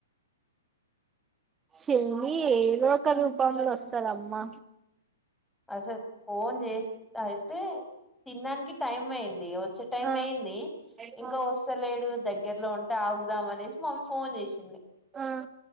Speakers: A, on the right; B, in the centre.
A: శని ఏ లోక రూపాంలో వస్తారమ్మా
B: అసలు ఫోన్ చేస్ బాయి అయితే తినడానికి టైమ్ అయింది వచ్చే టైం
A: ఆ
B: అయింది
A: ఆ
B: ఇంకా వస్తలేడు దగ్గరలో ఉంటే ఆవ్ వామ్ ఆనేసి మమ్మీ ఫోన్ చేసింది
A: ఆ ఆ,